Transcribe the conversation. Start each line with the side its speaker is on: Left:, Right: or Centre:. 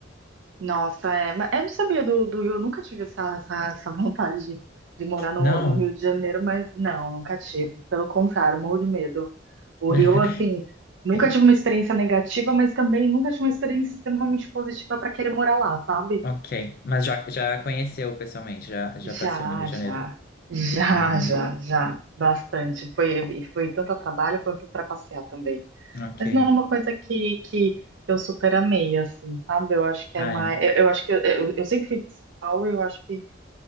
Right: Nossa, é. Mas eu não sabia do, do Rio, eu nunca tive essa, essa, essa <laughs> vontade de, de morar no,
Left: Não?
Right: no Rio de Janeiro, mas não, nunca tive. Pelo contrário, morro de medo. O
Left: <laughs>
Right: Rio, assim, nunca
Left: Sim.
Right: tive uma experiência negativa, mas também nunca tive uma experiência extremamente positiva para querer morar lá, sabe?
Left: Ok. Mas já, já conheceu pessoalmente, já, já
Right: Já,
Left: passeou no Rio de
Right: já.
Left: Janeiro.
Right: Já,
Left: Uhum.
Right: já, já. Bastante. Foi, e foi tanto a trabalho quanto para passear também.
Left: Ok.
Right: Mas não é uma coisa que, que eu super amei, assim, sabe? Eu acho que
Left: Ah,
Right: é mais.
Left: é.
Right: Eu, eu acho que eu, eu, eu sempre fui de São Paulo e eu acho que